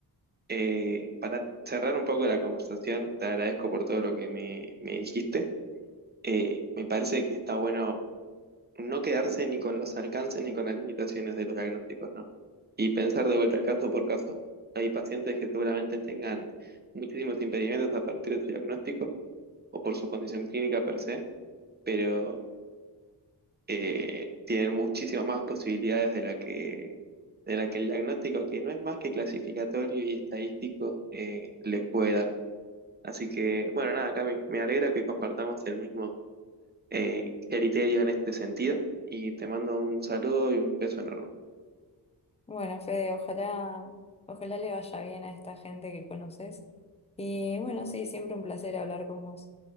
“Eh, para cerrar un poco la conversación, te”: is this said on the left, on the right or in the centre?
Right